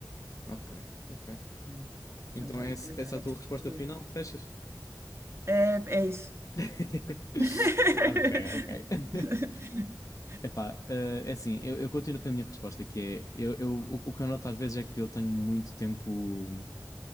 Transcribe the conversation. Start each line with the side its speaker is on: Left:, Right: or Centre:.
Left: Ok, ok.
Right: Hum.
Left: Então
Right: Tentar
Left: é
Right: equilibrar.
Left: esse- essa a
Right: É,
Left: tua
Right: isso. que
Left: resposta
Right: eu vou
Left: final?
Right: ver.
Left: Fechas?
Right: é é isso.
Left: <laughs>
Right: <laughs>
Left: Ok, ok. <laughs> Epá, eh, é assim, eu, eu continuo com a minha resposta, que é, eu, eu- o, o que eu noto às vezes é que eu tenho muito tempo,